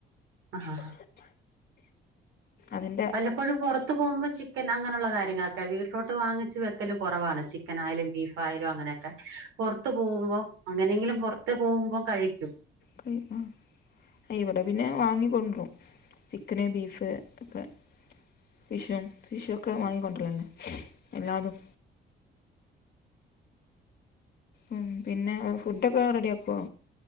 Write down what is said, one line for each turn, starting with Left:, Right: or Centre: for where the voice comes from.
Right: ആഹ്
Left: അതിൻ്റെ
Right: വല്ലപ്പോഴും പുറ ഒറത്ത് പോകുമ്പോൾ ചിക്കൻ അങ്ങനെയുള്ള കാര്യങ്ങളൊക്കെ വീട്ടിലോട്ട് വാങ്ങിച്ച വെക്കല് കുറവാണ് ചിക്കൻ ആയാലും ബീഫായാലും അങ്ങനെ ഒക്ക പുറത്ത് പോകുമ്പോം അങ്ങനെങ്കിലും പുറത്ത് പോകുമ്പോം കഴിക്കും
Left: കയി ആഹ് ഇവിടെ പിന്നെ വാങ്ങിക്കൊണ്ടും ചിക്കന് ബീഫ് ഒക്കെ ഫിഷും ഫിഷും ഒക്കെ വാങ്ങിക്കൊണ്ടരലന്നേ എല്ലാതും ഉം പിന്നെ ഫുഡൊക്കെ റെഡിയ ആക്കുമോ